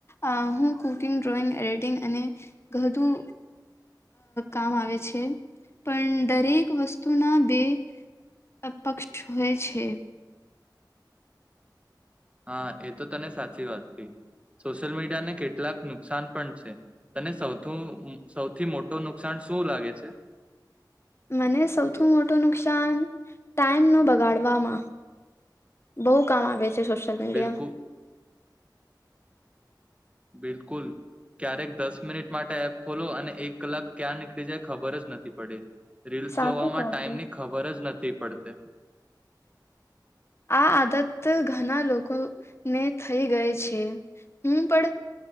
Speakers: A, on the left; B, on the right.
A: આ હું કુકિંગ, ડ્રોઈંગ, એડિટિંગ અને ઘધું કામ આવે છે, પણ દરેક વસ્તુના બે અ પક્ષ હોય છે
B: હા, એ તો તને સાચી વાત કહી. સોશિયલ મીડિયાને કેટલાક નુકસાન પણ છે. તને સૌથુ સૌથી મોટું નુકસાન શું લાગે છે?
A: મને સૌથુ મોટું નુકસાન ટાઈમનું બગાડવામાં, બહુ કામ આવે છે. જે સોશ્યલ મીડિયા
B: બિલકુલ બિલકુલ, ક્યારેક દસ મિનિટ માટે એપ ખોલો, અને એક કલાક ક્યાં નીકળી જાય ખબર જ નથી પડે. રીલ્સ
A: સાચું
B: જોવામાં
A: કહું
B: ટાઈમની
A: છું
B: ખબર જ નથી થી પડતે
A: આ આદત ઘના લોકોને થઈ ગઈ છે, હું પણ